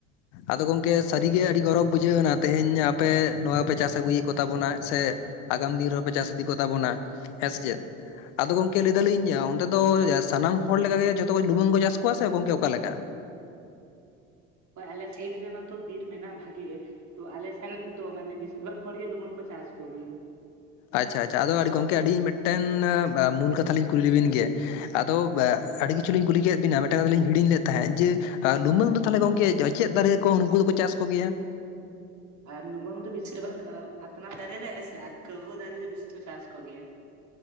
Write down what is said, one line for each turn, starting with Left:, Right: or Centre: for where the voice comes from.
Left: ᱟᱫᱚ ᱜᱚᱝᱠᱮ ᱥᱟᱹᱨᱤᱜᱮ ᱟᱹᱰᱤ ᱜᱚᱨᱚᱵᱽ ᱵᱩᱡᱷᱟᱹᱣ ᱮᱱᱟ ᱛᱮᱦᱮᱧ ᱟᱯᱮ ᱱᱚᱣᱟ ᱯᱮ ᱪᱟᱥ ᱟᱹᱜᱩᱭᱮᱫ ᱠᱚᱛᱟᱵᱚᱱᱟ ᱥᱮᱼᱼ ᱟᱜᱟᱢ ᱫᱤᱱ ᱨᱮᱦᱚᱸᱯᱮ ᱪᱟᱥ ᱤᱫᱤ ᱠᱚᱛᱟ ᱵᱚᱱᱟ ᱦᱮᱸ ᱥᱮ ᱪᱮᱫ? ᱟᱫᱚ ᱜᱚᱝᱠᱮ ᱞᱟᱹᱭ ᱫᱟᱞᱤᱧ ᱚᱱᱛᱮ ᱫᱚ ᱥᱟᱱᱟᱢ ᱦᱚᱲ ᱞᱮᱠᱟᱜᱮ ᱡᱷᱚᱛᱚ ᱞᱩᱢᱟᱹᱝ ᱠᱚ ᱪᱟᱥ ᱠᱚᱣᱟ ᱥᱮ ᱜᱚᱝᱠᱮ ᱚᱠᱟ ᱞᱮᱠᱟ?
Right: ᱦᱳᱭ ᱟᱞᱮ ᱥᱮᱫ ᱨᱮᱢᱟᱛᱚ ᱵᱤᱨ ᱢᱮᱱᱟᱜᱼᱟ ᱵᱷᱟᱜᱤ ᱜᱮ ᱛᱚ ᱟᱞᱮ ᱥᱮᱱ ᱫᱚ ᱢᱟᱱᱮ ᱵᱮᱥᱤᱨ ᱵᱷᱟᱜ ᱦᱚᱲᱜᱮ ᱞᱩᱢᱟᱹᱝ ᱠᱚ ᱪᱟᱥ ᱠᱚᱜᱮ
Left: ᱟᱪᱪᱷᱟ ᱟᱪᱪᱷᱟ ᱟᱫᱚ ᱟᱹᱰᱤ ᱜᱚᱢᱠᱮ ᱟᱹᱰᱤ ᱢᱤᱫᱴᱮᱱ ᱢᱩᱞ ᱠᱟᱛᱷᱟ ᱞᱤᱧ ᱠᱩᱞᱤ ᱞᱮᱵᱤᱱ ᱜᱮ? ᱟᱫᱚ ᱟᱹᱰᱤ ᱠᱤᱪᱷᱩᱞ ᱞᱤᱧ ᱠᱩᱞᱤ ᱠᱮᱫ ᱵᱤᱱᱟ ᱢᱤᱫᱴᱮᱱ ᱠᱟᱛᱷᱟ ᱞᱤᱧ ᱦᱤᱲᱤᱧ ᱞᱮᱫ ᱛᱟᱦᱮᱸᱫ ᱡᱮ? ᱟᱨ ᱞᱩᱢᱟᱹᱝ ᱫᱚ ᱛᱟᱦᱚᱞᱮ ᱜᱚᱝᱠᱮ ᱪᱮᱫ ᱫᱟᱨᱮ ᱠᱚ ᱩᱱᱩᱠᱩ ᱫᱚᱠᱚ ᱪᱟᱥ ᱠᱚᱜᱮᱭᱟ?
Right: <inaudible> ᱟᱨ ᱞᱩᱢᱟᱹᱝ ᱫᱚ ᱵᱤᱥᱤᱨ ᱵᱷᱟᱜᱽ ᱟᱛᱱᱟᱜ ᱫᱟᱨᱮ ᱨᱮ ᱦᱮᱸᱥᱮ ᱟᱨ ᱠᱟᱹᱦᱩᱟᱹ ᱫᱟᱨᱮ ᱨᱮ ᱵᱤᱥᱤ ᱠᱚ ᱪᱟᱥ ᱠᱚᱜᱮᱭᱟ᱾